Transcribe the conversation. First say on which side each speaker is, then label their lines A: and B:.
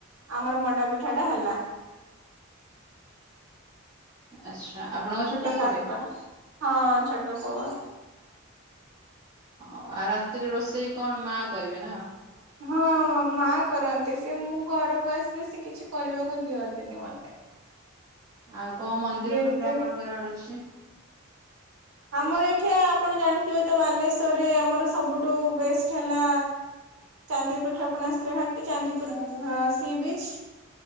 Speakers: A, on the right; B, on the right.
A: ଆମର ମଣ୍ଡା ପିଠା ପିଠାଟା ହେଲା।
B: ଆଛା। ଆ ଆପଣଙ୍କ ଛୋଟ
A: କାକରା
B: ପୁଅଟେ?
A: ହଁ ଛୋଟ ପୁଅପା।
B: ହଉ ଆଉ ରାତିରେ ରୋଷେଇ କଣ, ମା କରିବେ ନା?
A: ହଁ ମା କରନ୍ତି ସେ ମୁଁ ଘରକୁ ଆସିଲେ ସେ କିଛି କରିବାକୁ ଦିଅନ୍ତିନି ମତେ।
B: ଆଉ କଣ ମନ୍ଦିର
A: ଯେମିତି
B: ଫନ୍ଦିର ଆପଣଙ୍କର ଆଡେ ଅଛି?
A: ଆମର ଏଠି ଆପଣ ଜାଣିଥିବେ ତ ବାଲେଶ୍ଵରରେ ଆମର ସବୁଠୁ ବେଷ୍ଟ ହେଲା ଚାନ୍ଦିପୁର କ୍ଷେପଣାସ୍ତ୍ର ଘାଟି, ଚାନ୍ଦିପୁର ଅ-ଅ ସି ବିଚ୍।